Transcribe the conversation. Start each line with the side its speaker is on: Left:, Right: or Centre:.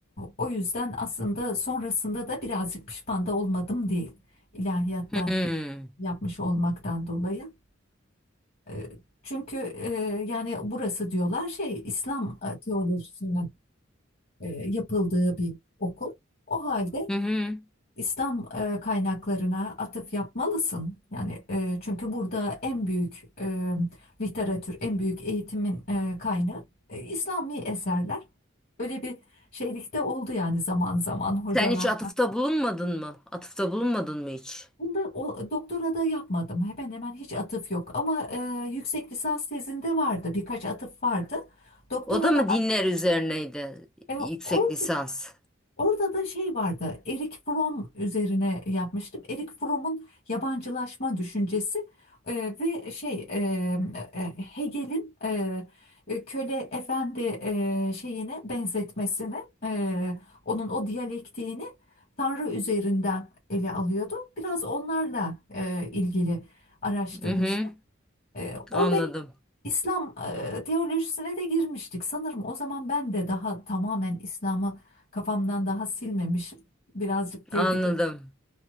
Left: o yüzden aslında sonrasında da birazcık pişman da olmadım değil ilahiyatta
Centre: Hı hı.
Left: yapmış olmaktan dolayı. Ee, Çünkü e, yani burası diyorlar şey İslam e, teolojisinden e, yapıldığı bir okul. O halde
Centre: hı. hı.
Left: İslam e, kaynaklarına atıf yapmalısın. Yani e, çünkü burada en büyük e, literatür, en büyük eğitimin e, kaynağı e, İslami eserler. Öyle bir şeylikte oldu yani zaman zaman hocalar.
Centre: Sen hiç atıfta bulunmadın mı? Atıfta bulunmadın mı hiç?
Left: Bunda o, doktora da yapmadım. Hemen hemen hiç atıf yok. Ama e, yüksek lisans tezinde vardı. Birkaç atıf vardı. Doktora
Centre: O da mı
Left: da
Centre: dinler üzerineydi
Left: e,
Centre: yüksek
Left: orada
Centre: lisans?
Left: Orada da şey vardı. Erik Fromm üzerine yapmıştım. Erik Fromm'un yabancılaşma düşüncesi e, ve şey e, e, Hegel'in e, e, köle efendi e, şeyine benzetmesini, e, onun o diyalektiğini Tanrı üzerinden ele alıyordu. Biraz onlarla e, ilgili araştırmıştım.
Centre: Hı hı.
Left: E, orada
Centre: Anladım.
Left: İslam e, teolojisine de girmiştik. Sanırım o zaman ben de daha tamamen İslam'ı kafamdan daha silmemişim. Birazcık girdik.
Centre: Anladım.